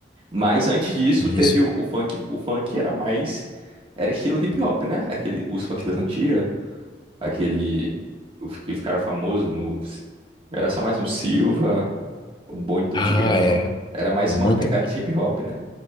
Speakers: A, on the right (about 30°); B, on the left (about 25°).
A: Mas antes disso
B: isso.
A: teve o, o funk, o funk era mais era estilo hip hop, né? Aquele os funk das antigas, aquele o que ficaram famoso no era só mais um Silva, o bonde do
B: Ah,
A: Tigrão.
B: é.
A: Era mais
B: Muito.
A: uma pegada de hip hop, né?